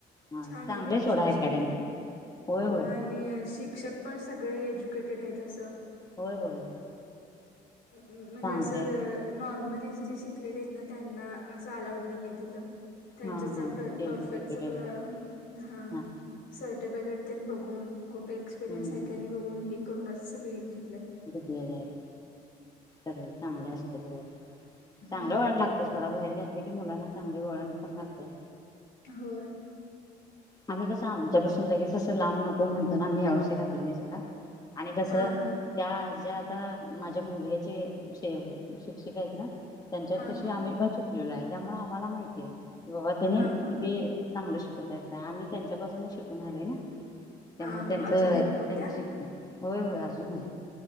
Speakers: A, on the left (about 20°); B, on the left (about 75°).
A: हा
B: छान
A: चांगले
B: आहे पण
A: सोडा
B: शिक्षण
A: अकॅडमी
B: ते
A: होय
B: हो
A: होय
B: आणि शिक्षक पण सगळे एज्युकेटेड आहेत असं.
A: होय होय.
B: म्हणजे
A: चांगले
B: असं नॉर्मली जे शिकलेले आहेत ना त्यांना असं अलाउड नाही आहेत. त्यांच्या
A: हा हा
B: परफेक्ट
A: एज्युकेटेड
B: सगळं
A: एकदम
B: ह
A: हा
B: सर्टिफिकेट त्यां बघून कुठे एक्सपिरियन्स
A: हम्म
B: आहे का नाही बघून हे करूनच सगळी घेत,
A: जिकलेले आहेत सगळे चांगले असतील हो. चांगलं
B: हम्म
A: वळण लागते थोडा बाहेर घातले की मुलांना चांगले वळण पण लागते.
B: होय
A: आम्ही कसं आमच्यापासून लगेच असं लांब नको म्हणतो, ना आम्ही यावर्षी घातलं नाही. आणि कसे
B: हां हां
A: त्या आज्या आता माझ्या मुलग्याचेे शिक्षिका आहेत ना, त्यांच्या
B: हां
A: पशी
B: हां
A: आम्ही पण शिकलेलो आहे, त्यामुळे आम्हाला माहिती आहे, की बाबा त्यांनी
B: हां हां
A: किती, चांगलं शिकवता का आम्ही, त्यांच्यापासूनच शिकून आले ना, त्यामुळे
B: हां
A: त्यांचं
B: हां अजून आहेत मग
A: त्यांचं
B: त्या
A: शिक्षण होय होय अजून आहे.